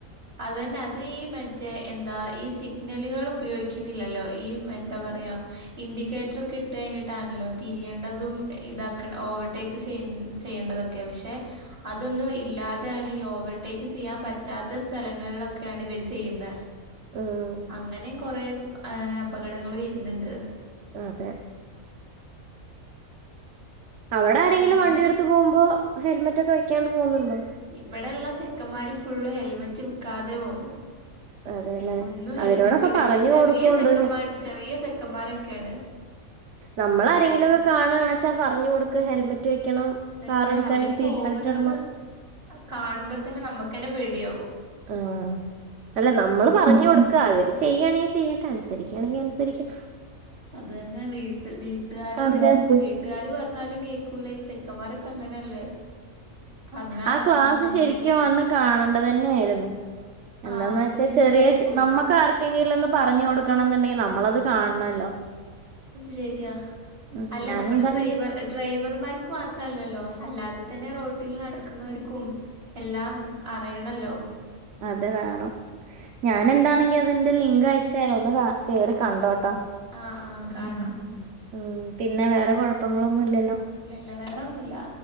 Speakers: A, on the right (about 45°); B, on the right (about 60°).
A: അതന്നെ അത് ഈ മറ്റേ എന്താ ഈ സിഗ്നലുകൾ ഉപയോഗിക്കുന്നില്ലല്ലോ ഈ എന്താ പറയാ ഇൻഡിക്കേറ്റർ ഒക്കെ ഇട്ട് കഴിഞ്ഞിട്ടാണല്ലോ തിരിയേണ്ടതും ഇതാക്ക ഓവർടേക്ക് ചെയ ചെയ്യേണ്ടതൊക്കെ പക്ഷെ അതൊന്നും ഇല്ലാതെയാണ് ഈ ഓവർടേക്ക് ചെയ്യാൻ പറ്റാത്ത ത്ത സ്ഥലങ്ങളിലൊക്കെയാണ് ഇവര് ചെയ്യുന്നത്
B: ഉം
A: അങ്ങനെയ കൊറ ഏ അപകടങ്ങൾ വരുന്നുണ്ട്
B: അതെ അവിടെ ആരെങ്കിലും
A: പിന്നെന്താ
B: വണ്ടിയെടുത്ത് പോകുമ്പോ ഹെൽമറ്റ ഒക്കെ വെക്കാണ്ട് പോകുന്നുണ്ടോ
A: ഇവിടെയള്ള ചെ ക്കന്മാര് ഫുള്ള് ഹെൽമെറ്റ് വക്കാതെ പോകന്ന്
B: അതെല്ലേ
A: ഒന്നും
B: അവരോടൊക്കെ
A: ഹെൽമെറ്റ് ഇടല്ലേ
B: പറഞ്ഞു
A: ചെറിയ
B: കൊടുക്കുന്നുണ്ട്
A: ചെക്കന്മാര് ചെറിയ ചെക്കന്മാരൊക്കെ ഒക്കെയാണ്
B: നമ്മൾ ആാരങ്കിലും ഒക്കെ കാണുകണെച്ചാ പറഞ്ഞു കൊടുക്ക ഹെൽമെറ്റ് വെക്കണം
A: അതന്നെ
B: കാർ എടുക്കുകയാണെങ്കിൽ
A: അവര്
B: സീറ്റ്
A: പോകുന്നത്
B: ബെൽറ്റ് ഇടണം
A: കാണുമ്പോ തന്നെ നമുക്ക്ന്നെ പേടിയാാവും
B: ആ അല്ല നമ്മള് പറഞ്ഞ കൊടുക്ക അവര് ചെയ്യുകയാണെങ്കിൽ ചെയ്യട്ടെ അനുസരിക്കുകയാണെങ്കിൽ അനുസരിക്കണം
A: അത് തന്നെ വീട്ട് വീട്ടുകാരോടും
B: അവരെ
A: വീട്ടുകാര് പറഞ്ഞാലും കേക്കൂല ഈ ചെക്കന്മാരൊക്കെ അങ്ങനെയല്ലേ പറഞ്ഞാ
B: ആ ക്ലാസ്സ്
A: ഉം നമ്മൾ
B: ശരിക്കും വന്ന് കാണണ്ട തന്നെ ആായിരുന്നു എന്താന്ന്
A: ആഹ് അത്
B: വെച്ചാ
A: മിസ്സായി
B: ചെറിയ
A: പോയി
B: നമ്മക്ക് ആർക്കെങ്കിലും ഒന്ന് പറഞ്ഞു കൊടുക്കണം എന്നുണ്ടെങ്കിൽ നമ്മളത് കാണണല്ലോ
A: അത് ശെരിയാ
B: ഉം
A: അല്ല
B: ഞാൻ
A: നമ്മള്
B: എന്താണെങ്കിലും
A: ഡ്രൈവർ ഡ്രൈവർമാർക്ക് മാത്രല്ലല്ലോ അല്ലാതെ തന്നെ റോട്ടിൽ നടക്കുന്നവർ കും എല്ലാം അറിയണല്ലോ
B: അത വേണം ഞാൻ എന്താണെങ്കി അതിന്റെ ലിങ്ക് അയച്ചതരോ ഒന്ന് കേറി കണ്ടോട്ടോ
A: ആഹ് ആഹ്
B: <unintelligible>
A: കാണാം
B: ഉ പിന്നെ വേറെ കുഴപ്പങ്ങളോ ഒന്നുലല്ലോ?
A: ഇല്ലല്ല വേറൊന്നുല്ല